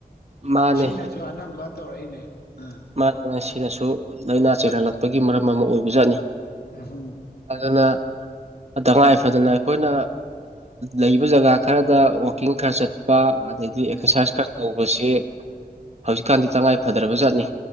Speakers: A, on the right (about 40°); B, on the left (about 80°).
A: ꯃꯥꯅꯦ
B: ꯁꯤꯅꯁꯨ ꯑꯅꯝꯕ ꯇꯧꯔꯛꯏꯅꯦ ꯑꯥ꯫
A: ꯃꯥꯅꯦ ꯃꯥꯅꯦ ꯃꯁꯤꯅꯁꯨ ꯂꯥꯏꯅꯥ ꯆꯦꯜꯍꯜꯂꯛꯄꯒꯤ ꯃꯔꯝ ꯑꯃ ꯑꯣꯏꯕꯖꯥꯠꯅꯤ꯫
B: ꯎꯝ ꯍꯨꯝ
A: ꯑꯗꯨꯅ ꯇꯉꯥꯏ ꯐꯗꯅ ꯑꯩꯈꯣꯏꯅ ꯂꯩꯕ ꯖꯒꯥ ꯈꯔꯗ ꯋꯥꯛꯀꯤꯡ ꯈꯔ ꯆꯠꯄ ꯑꯗꯩꯗꯤ
B: ꯎꯝ
A: ꯑꯦꯛꯁꯔꯁꯥꯏꯁ ꯈꯔ ꯇꯧꯕꯁꯤ ꯍꯧꯖꯤꯛꯀꯥꯟꯗꯤ ꯇꯉꯥꯏ ꯐꯗ꯭ꯔꯕ ꯖꯠꯅꯤ꯫